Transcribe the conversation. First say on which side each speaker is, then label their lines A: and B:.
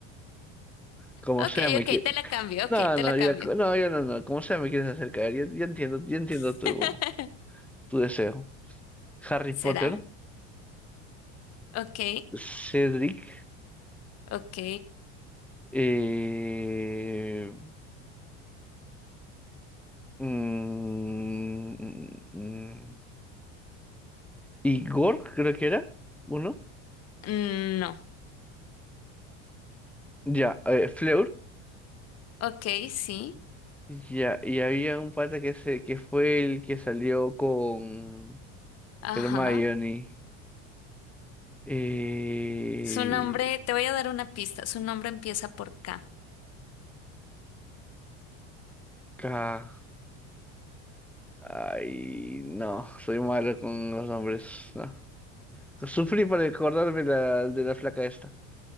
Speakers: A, in the centre; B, on the left (about 45°).
A: Como
B: Ok,
A: sea, me
B: ok,
A: quieres...
B: te la cambio, ok,
A: No,
B: te
A: no,
B: la cambio.
A: ya, no, yo no, no, como sea, me quieres acercar. Yo, yo entiendo, yo entiendo
B: <laughs>
A: tu, tu deseo. Harry
B: ¿Será?
A: Potter,
B: Ok,
A: Cedric,
B: ok.
A: eh, mm, mm, mm, Igor, creo que era, uno,
B: mm, No.
A: ya, eh, Fleur,
B: Ok, sí.
A: ya, y había un pata que, se, que fue el que salió con
B: Ajá.
A: Hermione, eh,
B: Su nombre, te voy a dar una pista. Su nombre empieza por K.
A: K, ay, no, soy malo con los nombres, no. Sufrí para acordarme la, de la flaca esta,